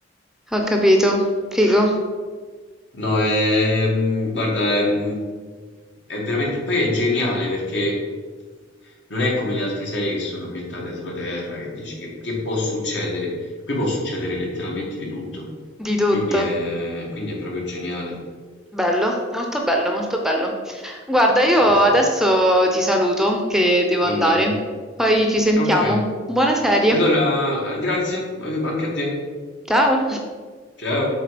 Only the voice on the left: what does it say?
No, è, mm, guarda, è, mm, è veramente, poi è geniale perché non è come le altre serie che sono ambientate sulla Terra, che dici che, che può succedere. Qui può succedere letteralmente di tutto,
quindi è, quindi è proprio geniale.
Sì,
sì.
Va
bene.
Ok.
Allora, eh, grazie anche a te.
Ciao.